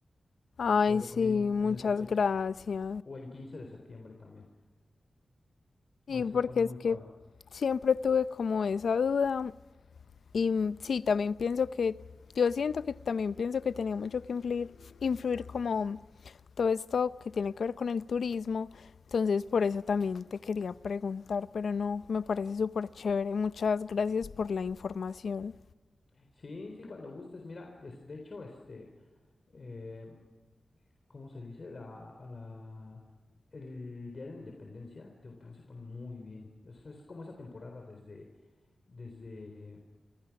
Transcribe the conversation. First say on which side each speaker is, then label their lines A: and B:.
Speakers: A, on the left (about 65°); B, on the left (about 35°).
A: Ay,
B: Te lo
A: sí,
B: recomiendo
A: muchas
B: en esas fechas
A: gracias.
B: o en 15 de septiembre también.
A: Sí,
B: Hoy
A: porque
B: se pone muy
A: es que
B: padre.
A: siempre tuve como esa duda y mm, sí, también pienso que, yo siento que también pienso que tenía mucho que influir, influir como todo esto que tiene que ver con el turismo, entonces por eso también te quería preguntar, pero no, me parece súper chévere, muchas gracias por la información.
B: Sí, sí, cuando gustes. Mira, es, de hecho, este, eh, ¿cómo se dice? La, a la, el Día de la Independencia, Tehuacán se pone muy bien. Es, es como esa temporada desde, desde